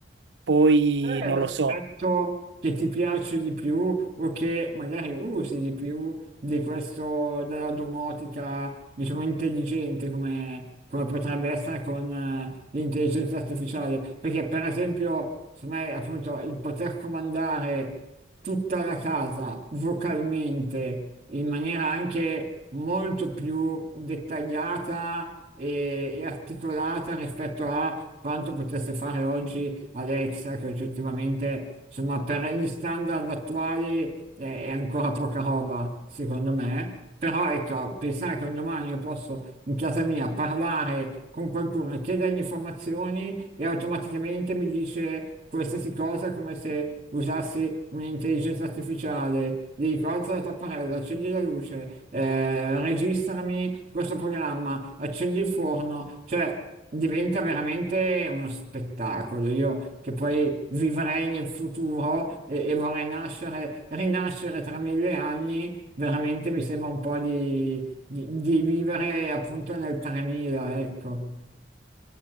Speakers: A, on the right; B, on the right.
A: poi
B: Qual è
A: non
B: l'aspetto
A: lo so,
B: che ti piace di più o che magari usi di più di questo della domotica, diciamo, intelligente come, come potrebbe essere con eh, l'intelligenza artificiale? Perché, per esempio, secondo me, appunto, il poter comandare tutta la casa vocalmente in maniera anche molto più dettagliata e, e articolata rispetto a quanto potesse fare oggi Alexa, che oggettivamente, insomma, per gli standard attuali è, è ancora poca roba, secondo me. Però ecco, pensare che un domani io posso in casa mia parlare con qualcuno e chiedergli informazioni e automaticamente mi dice qualsiasi cosa, come se usassi un'intelligenza artificiale, gli dico alza la tapparella, accendi la luce, eh, registrami questo programma, accendi il forno, cioè diventa veramente uno spettacolo. Io che poi vivrei nel futuro e, e vorrei nascere, rinascere tra mille anni, veramente mi sembra un po' di, di- di vivere appunto nel 3000, ecco.